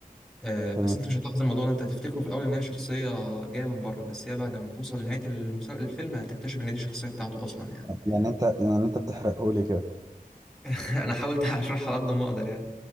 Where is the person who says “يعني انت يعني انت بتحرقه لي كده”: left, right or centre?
Right